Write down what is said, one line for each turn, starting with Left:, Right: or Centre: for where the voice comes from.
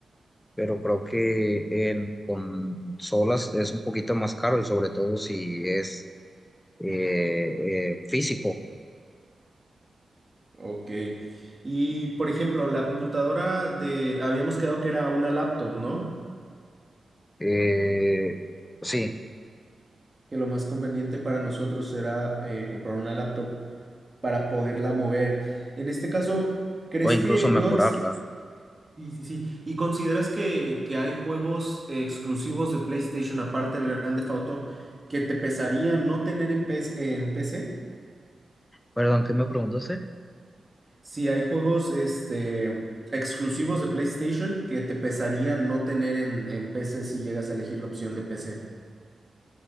Left: pero creo que en consolas es un poquito más caro y sobre todo si es eh, eh, físico.
Right: Ok. Y por ejemplo, la computadora de, habíamos quedado que era una laptop, ¿no?
Left: Eh, sí,
Right: Que lo más conveniente para nosotros era eh, comprar una laptop para poderla mover. En este caso, ¿crees
Left: o incluso
Right: que
Left: mejorarla.
Right: no exi- Sí, sí, sí. ¿Y consideras que, que hay juegos exclusivos de PlayStation, aparte del Grand Theft Auto, que te pesaría no tener en, PS en PC?
Left: Perdón, ¿qué me preguntaste?
Right: si hay juegos este, exclusivos de PlayStation que te pesaría no tener en, en PC si llegas a elegir la opción de PC.